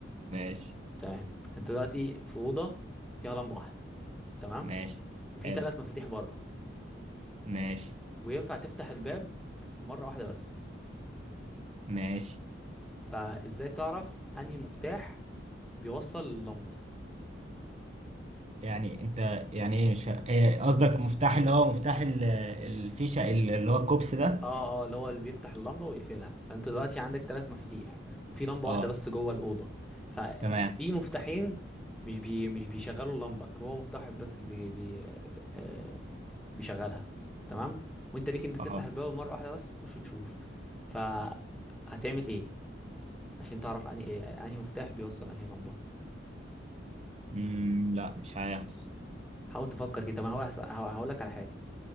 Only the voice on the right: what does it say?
ماشي
ماشي
حلو
ماشي
ماشي
يعني انت يعني ايه مش فاهم ايه قصدك مفتاح اللي هو مفتاح ال- الفيشة ال- اللي هو الكوبس ده
اه
تمام
اه
امم لا مش عارف